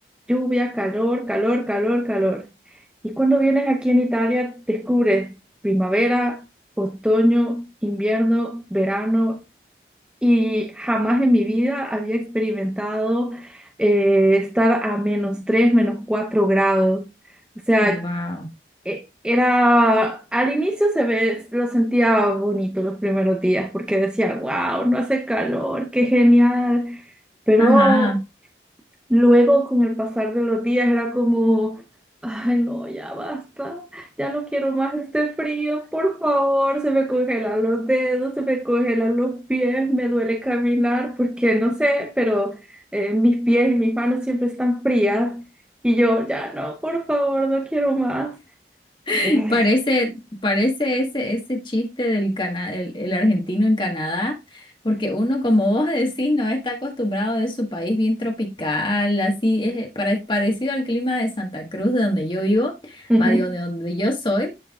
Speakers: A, in the centre; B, on the left.
A: lluvia, calor, calor, calor, calor. Y cuando vienes aquí en Italia, descubres primavera, otoño, invierno, verano y jamás en mi vida había experimentado eh, estar a menos 3 menos 4 grados. O sea,
B: Wow.
A: e- era, al inicio se ve, lo sentía bonito los primeros días porque decía, wow, no hace calor, qué genial. Pero
B: Ajá.
A: Luego, con el pasar de los días, era como, ay, no, ya basta, ya no quiero más este frío, por favor, se me congelan los dedos, se me congelan los pies, me duele caminar, porque no sé, pero eh, mis pies y mis manos siempre están frías y yo, ya no, por favor, no quiero más.
B: <laughs>
A: Eh,
B: Parece, parece ese, ese chiste del cana el, el argentino en Canadá, porque uno, como vos decís, no está acostumbrado de su país bien tropical, así es eh, pare- parecido al clima de Santa Cruz, de donde yo vivo,
A: <laughs> ujú,
B: va de donde, donde yo soy.